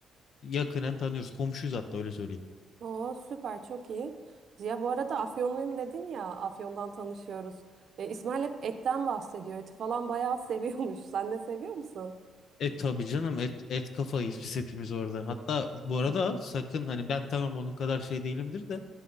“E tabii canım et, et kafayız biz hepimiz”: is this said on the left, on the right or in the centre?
Left